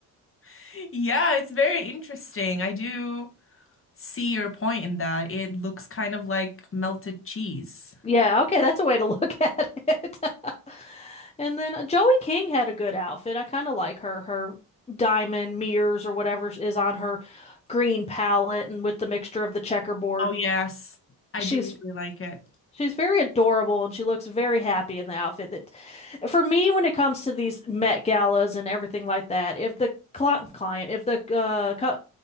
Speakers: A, on the left; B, on the left.
A: <laughs> yeah, it's very interesting. I do see your point in that. It looks kind of like melted cheese.
B: Yeah, okay, that's a way to look <laughs> at it. <laughs> And then uh, Joey King had a good outfit. I kind of like her her diamond mirrors or whatever is on her green palette and with the mixture of the checkerboard.
A: Oh yes, I
B: She's
A: do really like it.
B: She's very adorable and she looks very happy in the outfit that for me when it comes to these Met galas and everything like that, if the cli- client, if the uh cu-